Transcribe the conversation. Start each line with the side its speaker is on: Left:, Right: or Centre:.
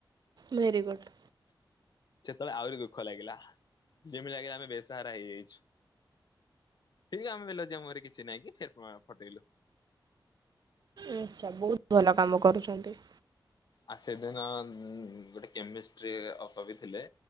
Right: Very good.
Left: ସେତେବେଳେ ଆହୁରି ଦୁଃଖ ଲାଗିଲା ଯେମିତି ଲାଗିଲା ଆମେ ବେସାହାରା ହେଇଯାଇଛୁ। ଠିକ ଆମେ ବେଲଜ୍ୟା ମୁହଁ ରେ କିଛି ନାଇଁ କି ଫେରେ ଆଁ ପଠେଇଲୁ।
Right: ଆଛା ବହୁତ ଭଲ କାମ କରୁଛନ୍ତି।
Left: ଆଉ ସେଦିନ ଉଁ ଗୋଟେ କେମିଷ୍ଟ୍ରି ଅପା ବି ଥିଲେ